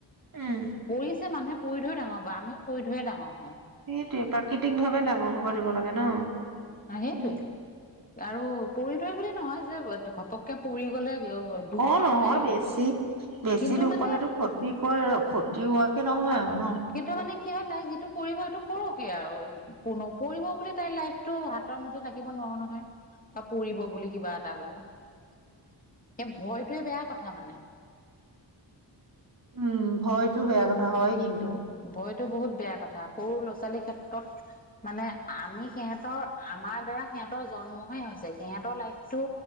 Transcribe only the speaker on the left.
পৰিছে মানুহে পৰি ধৰিয়ে ডাঙৰ হব বা আমিও পৰি ধৰিয়ে ডাঙৰ হওঁ
আ সেইটোৱে
আৰু পৰিটো বুলি নহয় যে ঘপককে পৰি গলে দুখ
পাবলৈ
নিদিওঁ
কিন্তু
মানে
কিন্তু মানে কি হয় তাই যিটো কৰিব সেইটো কৰকে আৰু পৰিব বুলি তাইৰ লাইফটো হাতৰ মুঠি থাকিব নোৱাৰো নহয়। বা পৰিব বুলি কিবা এ তাবলো <unintelligible> এ ভয়টোৱে বেয়া কথা মানে।
ভয়তো বহুত বেয়া কথা সৰু ল'ৰা ছোৱালীৰ ক্ষেত্ৰত মানে আমি সিহঁতৰ আমাৰ দ্বাৰা সিহঁতৰ জন্মহে হৈছে সিহঁতৰ লাইফটো